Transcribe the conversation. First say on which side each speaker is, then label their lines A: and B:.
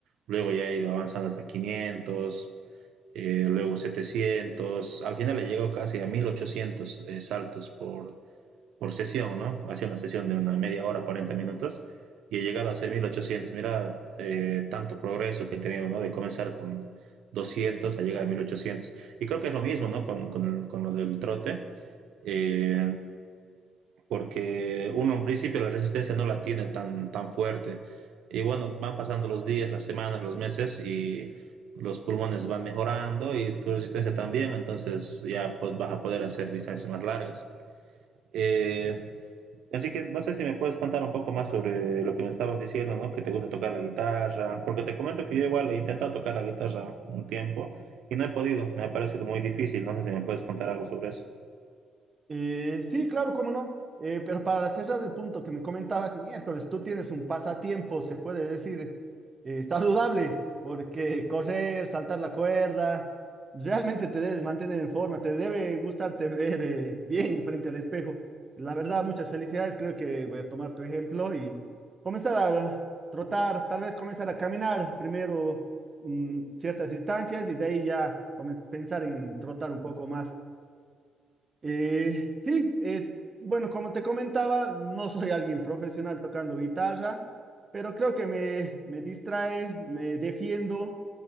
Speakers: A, on the right; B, on the right.
A: luego ya he ido avanzando hasta quinientos eh, luego setecientos al final he llegado casi a 1800 eh, saltos por, por sesión, ¿no? Hacía una sesión de una media hora, 40 minutos, y he llegado a hacer mil ochocientos Mira, eh, tanto progreso que he tenido, ¿no? De comenzar con 200 a llegar a mil ochocientos Y creo que es lo mismo, ¿no? Con, con, el, con lo del trote. Eh, porque uno en principio la resistencia no la tiene tan, tan fuerte. Y bueno, van pasando los días, las semanas, los meses y los pulmones van mejorando y tu resistencia también, entonces ya pues, vas a poder hacer distancias más largas. Eh, así que no sé si me puedes contar un poco más sobre lo que me estabas diciendo, ¿no? Que te gusta tocar la guitarra, porque te comento que yo igual he intentado tocar la guitarra un tiempo y no he podido, me ha parecido muy difícil, no sé si me puedes contar algo sobre eso.
B: Eh, sí, claro, cómo no. Eh, pero para cerrar el punto que me comentabas <laughs> miércoles, tú tienes un pasatiempo, se puede decir, eh, saludable, porque correr, saltar la cuerda, realmente te debes mantener en forma, te debe gustarte ver eh, bien frente al espejo. La verdad, muchas felicidades, creo que voy a tomar tu ejemplo y comenzar a trotar, tal vez comenzar a caminar primero mm, ciertas distancias y de ahí ya comen- pensar en trotar un poco más. Eh, sí, eh, bueno, como te comentaba, no soy alguien profesional tocando guitarra, pero creo que me, me distrae, me defiendo.